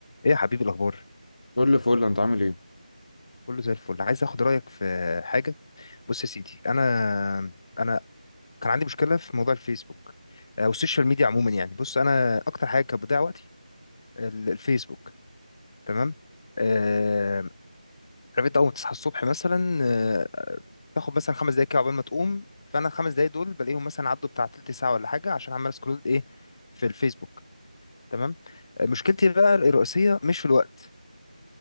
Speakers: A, on the left (about 35°); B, on the left (about 55°).
A: ايه يا حبيبي الاخبار
B: كل فل انت عامل ايه
A: كله زي الفل عايز اخد رايك في حاجه بص يا سيدي انا انا كان عندي مشكله في موضوع الفيسبوك آه، والسوشيال ميديا عموما يعني بص انا اكتر حاجه كانت بتضيع وقتي ال- الفيسبوك تمام آه، عارف انت اول ما تصحى الصبح مثلا آه، تاخد مثلا خمس دقايق كده عقبال ما تقوم فانا الخمس دقايق دول بلاقيهم مثلا عدوا بتاع تلت ساعه ولا حاجه عشان عمال اسكرول ايه في الفيسبوك تمام آه، مشكلتي بقى الرئيسيه مش في الوقت